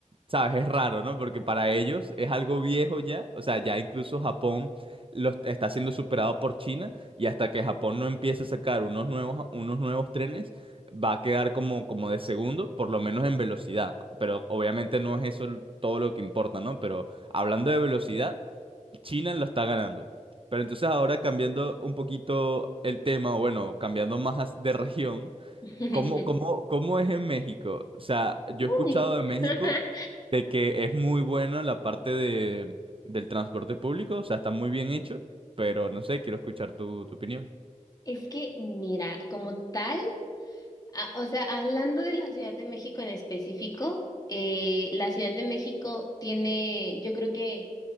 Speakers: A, on the right; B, on the left.
A: ¿sabes? Es raro, ¿no? Porque para ellos es algo viejo ya, o sea, ya incluso Japón lo est- está siendo superado por China y hasta que Japón no empiece a sacar unos nuevos, unos nuevos trenes va a quedar como, como de segundo, por lo menos en velocidad. Pero obviamente no es eso l- todo lo que importa, ¿no? Pero hablando de velocidad, China lo está ganando. Pero entonces ahora cambiando un poquito el tema, o bueno, cambiando más as- de región,
B: <laughs>
A: ¿cómo, cómo, cómo es en México? O sea, yo he escuchado
B: Uy.
A: de México
B: <laughs>
A: de que es muy bueno la parte de, del transporte público, o sea, está muy bien hecho, pero no sé, quiero escuchar tu, tu opinión.
B: Es que, mira, como tal, a- o sea, hablando de la Ciudad de México en específico, eh, la Ciudad de México tiene, yo creo que